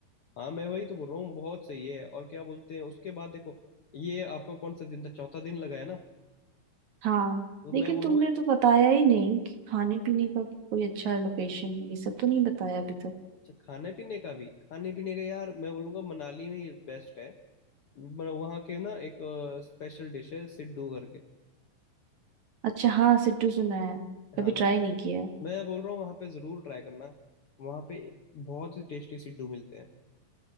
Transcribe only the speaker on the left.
हाँ मैं वही तो बोल रहा हूँ बहुत सही है और क्या बोलते हैं उसके बाद देखो ये आपका कौन सा दिन था चौथा दिन लगा है ना
तो मैं
बोलूंगा
अच्छा खाने पीने का भी खाने पीने का यार मैं बोलूँगा मनाली में ये बेस्ट है म- वहाँ के ना एक स्पेशल डिश है सिड्डू करके
हाँ
तो
मैं बोल रहा हूँ वहाँ पे ज़रूर ट्राई करना वहाँ पे बहुत ही टेस्टी सिड्डू मिलते हैं